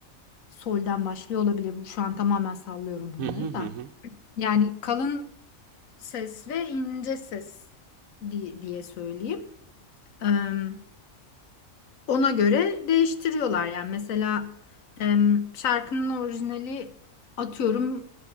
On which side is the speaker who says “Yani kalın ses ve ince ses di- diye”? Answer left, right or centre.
Left